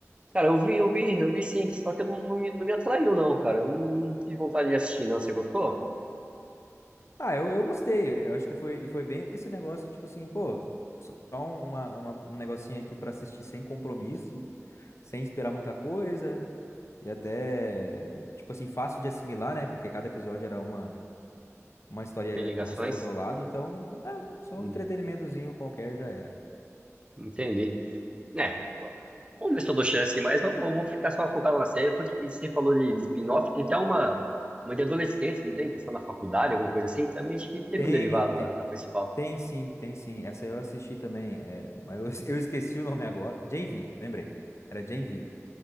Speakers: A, on the right (about 20°); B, on the left (about 60°).
A: Cara, eu vi, eu vi, eu vi sim, só que não, não me, não me atraiu não, cara. Eu não tive vontade de assistir, não. Você gostou?
B: Ah, eu, eu gostei. Eu acho que foi, e foi bem esse negócio, tipo assim, pô, só um- uma, uma- um negocinho aqui pra assistir sem compromisso. sem esperar muita coisa e até, tipo assim, fácil de assimilar, né? Porque cada episódio era uma, uma história,
A: Tem ligações?
B: uma história isolada, então, é, só
A: Hum,
B: um entretenimentozinho qualquer já era.
A: entendi. É, bom, vamos ver se eu dou chance, mas eu, eu vou ficar só focado na série, porque e você falou de, de spin-off, tem até uma, uma de adolescentes, não tem? Questão na faculdade, alguma coisa assim, também acho que teve
B: Tem,
A: um derivado
B: tem,
A: da, da principal.
B: tem sim, tem sim. Essa eu assisti também, é, mas eu, <laughs> eu esqueci o nome agora. Gen V, lembrei. Era Gen V.